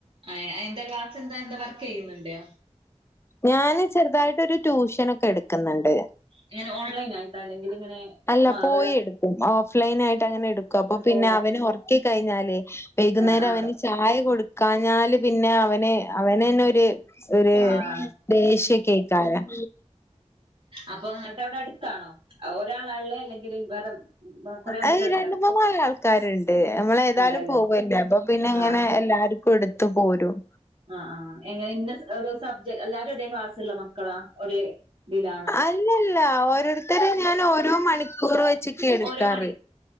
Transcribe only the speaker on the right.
അഹ് അഹ്എന്തയ്യുവാ ക്ലാസ് എന്താ എന്താ വർക്കെയ്യുന്നുണ്ടോ
എങ്ങനെ ഓൺലൈനായിട്ടാ അല്ലെങ്കില് ഇങ്ങനെ
മാ
വേ
ഓ
ആഹ് ആഹ്
ആഹ്
അപ്പം ങ്ങട്ട് അവിടെ അടു ത്താണോ ഒരാളാ ള്ളെ അല്ലെങ്കില് വേറെ കെറേ
കുട്ടിയൾ
ഉണ്ടല്ലേ
ആഹ്
ആഹ് ആഹ് എങ്ങനെ ഇന്ന ഒരു സബ്ജ എല്ലാരും ഒരേ ക്ലാസ്ള്ള മക്കളാ ഒരേ ഇതിലാണോ
ഓരോ മണി